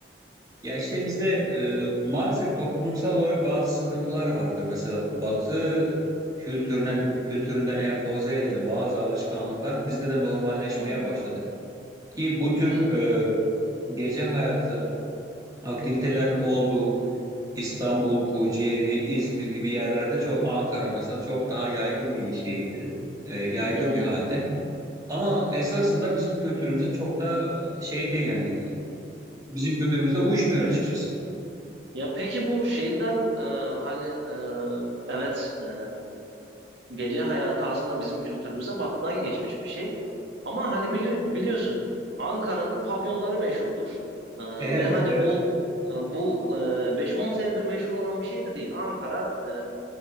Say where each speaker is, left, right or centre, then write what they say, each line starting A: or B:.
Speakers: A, on the right; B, on the right.
A: Ya işte bizde e, maalesef toplumsal olarak bazı sıkıntılar vardır. Mesela Batı kültüründen kültüründen empoze edilen bazı alışkanlıklar bizde de normalleşmeye
B: Hı hı.
A: başladı. Ki bu tür
B: Evet.
A: e, gece hayatı aktivitelerin olduğu İstanbul, Kocaeli, İzmir gibi yerlerde çok Ankara mesela çok daha yaygın bir şeydi. E, yaygın
B: Hı hı.
A: bir halde. Ama esasında bizim kültürümüze çok da e, şey değil yani Bizim kültürümüzde uyuşmuyor açıkçası.
B: Ya peki bu şeyden e, hani e, evet e, Gece hayatı aslında bizim kültürümüze battan geçmiş bir şey. Ama hani bili- biliyorsun Ankara'nın pavyonları meşhurdur. Ee,
A: Evet,
B: ve hani
A: evet.
B: bu e, bu e, 5-10 senedir meşhur olan bir şey de değil. Ankara e,